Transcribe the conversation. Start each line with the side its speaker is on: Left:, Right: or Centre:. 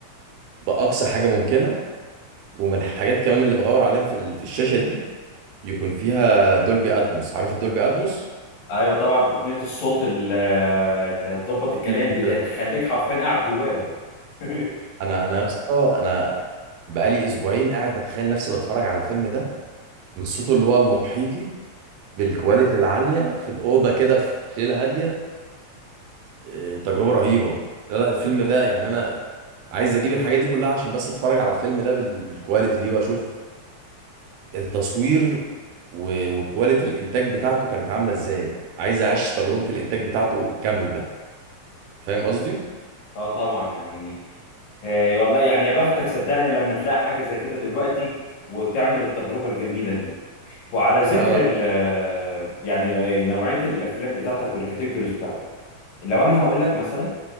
Right: باقصى حاجه ممكنه ومن الحاجات كمان اللي بدور عليها في ال- في الشاشه دي يكون فيها دولبي اتموس عارف الدولبي اتموس
Left: ايوه طبعا تقنية الصوت ال- اللي هتظبط الكلام
Right: في دي
Left: دي
Right: ده
Left: ده هتخليك حرفيا قاعد جواهم <laughs>
Right: انا انا يا اسطى انا بقالي اسبوعين قاعد بتخيل نفسي بتفرج على الفيلم ده بالصوت اللي هو المحيطي بالكواليتي العاليه في الاوضه كده في ليله هاديه إيه، تجربه رهيبه لا لا الفيلم ده يعني انا عايز اجيب الحاجات دي كلها عشان بس اتفرج على الفيلم ده بال... بالكواليتي دي واشوف التصوير و- وكواليتي الانتاج بتاعته كانت عامله ازاي عايز اعيش تجربه الانتاج بتاعته كامله فاهم قصدي
Left: اه طبعا يعني آه، والله يعني يا بختك صدقني لما تلاقي حاجة زي كده دلوقتي وتعمل التجربة الجميلة دي وعلى ذكر
Right: لا لا
Left: ال آه، يعني ال- آه، نوعية الأفلام بتاعتك والكاتيجوريز بتاعتك لو أنا هقول لك مثلا